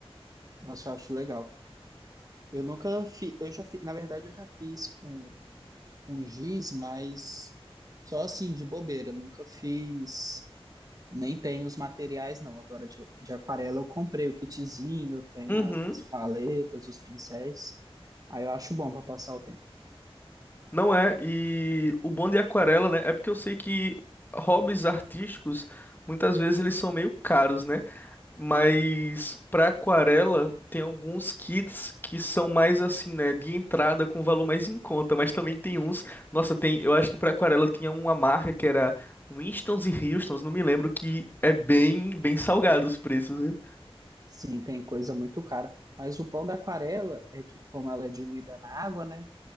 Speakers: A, on the right (about 35°); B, on the left (about 20°).
A: Nossa, eu acho legal. Eu nunca fiz, eu já fiz, na verdade eu já fiz com com giz, mas só assim, de bobeira. Nunca fiz, nem tenho os materiais, não. Agora de, de aquarela eu comprei o kitzinho, eu tenho
B: Uhum.
A: a- as paletas, os pincéis. Aí eu acho bom para passar o tempo.
B: Não é, e o bom de aquarela, né? É porque eu sei que hobbies artísticos, muitas vezes eles são meio caros, né? Mas para aquarela tem alguns kits que são mais assim, né, de entrada com valor mais em conta, mas também tem uns, nossa, tem, eu acho que para aquarela tinha uma marca que era Winstons e Houstons, não me lembro que é bem, bem salgado os preços, viu?
A: Sim, tem coisa muito cara. Mas o bom da aquarela é que, como ela é diluída na água, né?